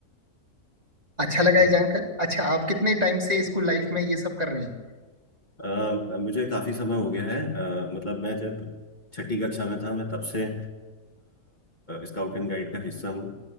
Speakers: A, on the right; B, on the left.
A: अच्छा लगा
B: तो
A: ये जानकर अच्छा आप कितने टाइम से स्कूल लाइफ में ये सब कर रहे हैं
B: अ, मुझे काफी समय हो गया है अ, मतलब मैं जब छठी कक्षा में था मैं तब से स्काउट एंड गाइड का हिस्सा हूँ